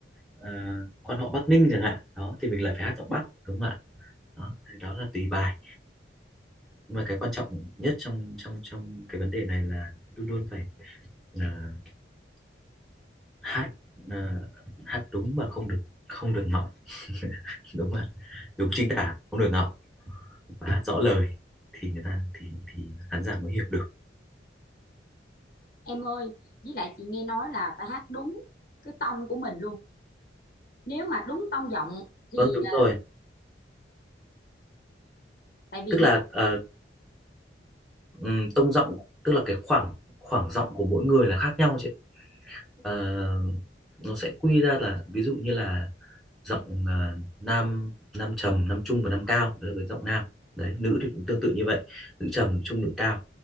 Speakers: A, in the centre; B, on the left.
A: ờ, quan họ Bắc Ninh chẳng hạn đó thì mình lại phải hát giọng Bắc đúng không ạ đó thì đó là tùy bài nhưng mà cái quan trọng nhất trong trong trong cái vấn đề này là luôn luôn phải là hát là hát đúng và không được không được ngọng <laughs> đúng không ạ đúng chính tả không được ngọng và hát rõ lời thì người ta thì thì khán giả mới hiểu được
B: em ơi với lại chị nghe nói là phải hát đúng cái tông của mình luôn nếu mà đúng tông giọng thì
A: vâng đúng
B: à,
A: rồi
B: tại vì
A: tức là ờ, Ừm, tông giọng tức là cái khoảng khoảng giọng của mỗi người là khác nhau chị ạ. Ờ, nó sẽ quy ra là ví dụ như là giọng à, nam nam trầm nam trung và nam cao đấy là với giọng nam đấy nữ thì cũng tương tự như vậy nữ trầm nữ trung nữ cao